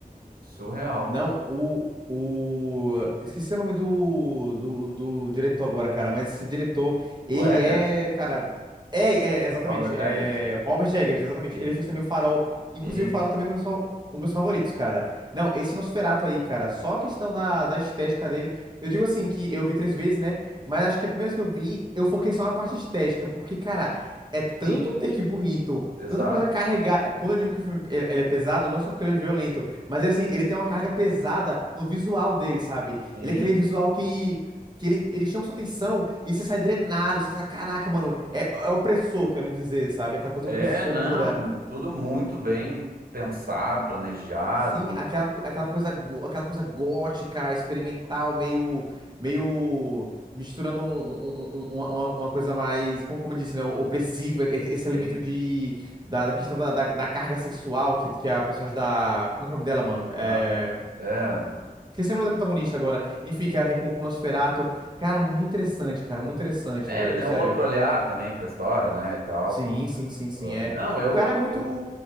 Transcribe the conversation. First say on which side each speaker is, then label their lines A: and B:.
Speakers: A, on the right (about 80°); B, on the right (about 30°).
A: surreal.
B: Não, o, o... Esqueci o nome do, do, do diretor agora, cara, mas esse diretor, ele
A: O Eggers,
B: é, cara... É, é, exatamente,
A: Robert
B: é
A: Eggers.
B: Robert Eggers, exatamente.
A: Isso.
B: Ele fez também o Farol. Inclusive,
A: E
B: o Farol também é um dos meus fa- um dos meus favoritos, cara. Não, esse Nosferatu aí, cara, só a questão da, da estética dele. Eu digo assim, que eu vi três vezes, né? Mas acho que a primeira vez que eu vi, eu foquei só na parte estética, porque, cara, é tanto
A: sim,
B: take bonito,
A: exato,
B: tanta coisa carregada. Quando eu digo que o filme ele ele é pesado, não é só porque ele é violento. Mas ele, assim, ele tem uma carga pesada no visual dele, sabe?
A: sim.
B: Ele é aquele visual que, que ele, ele chama sua atenção e você sai drenado, você sai, caraca, mano, é, é opressor, quero dizer, sabe? Aquela coisa
A: É,
B: opressora.
A: não, e tudo muito bem pensado, planejado,
B: Sim, aquela, co- aquela coisa, gó- aquela coisa gótica, experimental, meio, meio misturando um- um- um- um- uma, uma coisa mais, como, como eu disse, né, opressiva, e- esse
A: sim,
B: elemento de, da, da questão da, da, da carga sexual que, que a personagem da, como é que é o nome dela, mano?
A: exato.
B: É...
A: É.
B: Esqueci o nome da protagonista agora. Enfim, que ela tem com com o Nosferatu. Cara, muito interessante, cara, muito interessante,
A: É,
B: velho,
A: ele deu
B: sério.
A: um outro olhar também para a história, né, e tal.
B: Sim, sim, sim, sim,
A: Ah,
B: é.
A: Não, eu,
B: O cara é muito,
A: eu